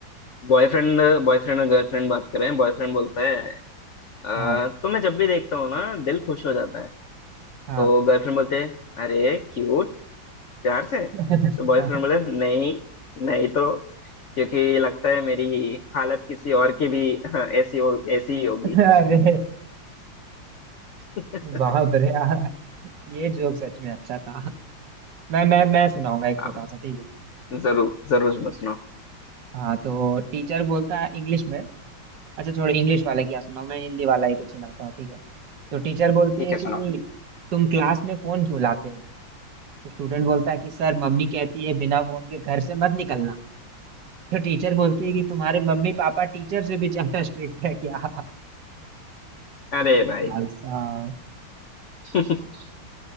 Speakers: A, on the left (about 80°); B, on the right (about 65°).
A: बॉयफ्रेंड बॉयफ्रेंड और गर्लफ्रेंड बात कर रहे हैं बॉयफ्रेंड बोलता है "अ,
B: हाँ
A: तुम्हें जब भी देखता हूँ ना दिल खुश हो जाता है
B: हाँ
A: तो गर्लफ्रेंड बोलते है अरे क्यूट प्यार से तो
B: <laughs>
A: बॉयफ्रेंड बोले नहीं नहीं तो क्योंकि लगता है मेरी हालत किसी और की भी <laughs> ऐसी हो ऐसी ही होगी
B: अरे
A: <laughs>
B: बाप रे यार ये जोक सच में अच्छा था मैं मैं मैं सुनाऊंगा एक छोटा
A: हाँ भाई।
B: सा ठीक है
A: जरूर जरूर सुनो सुनो
B: हाँ तो टीचर बोलता है इंग्लिश में अच्छा छोड़ो इंग्लिश वाला क्या सुनाऊं मैं हिंदी वाला ही कुछ सुनाता हूँ ठीक है तो टीचर बोलती
A: ठीक
B: है
A: है
B: कि
A: सुनाओ
B: तुम क्लास में फोन क्यों लाते हो तो स्टूडेंट बोलता है कि सर मम्मी कहती है बिना फोन के घर से मत निकलना तो टीचर बोलती है कि तुम्हारे मम्मी पापा टीचर से भी ज्यादा स्ट्रिक्ट है क्या
A: अरे भाई
B: भाई साहब
A: <laughs>